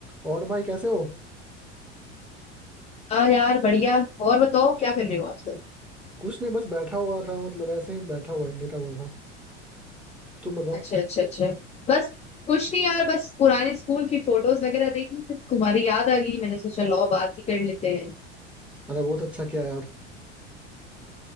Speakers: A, in the centre; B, on the left (about 20°).
A: और भाई कैसे हो
B: हाँ यार बढ़िया और बताओ क्या कर रहे हो आजकल
A: कुछ नहीं बस बैठा हुआ था मतलब ऐसे ही बैठा हुआ लेटा हुआ था तुम बताओ
B: अच्छा अच्छा अच्छा बस कुछ नहीं यार बस पुराने स्कूल की फोटोज वगैरह देखी सिर्फ तुम्हारी याद आ गई मैंने सोचा लाओ बात ही कर लेते हैं
A: अरे बहुत अच्छा किया यार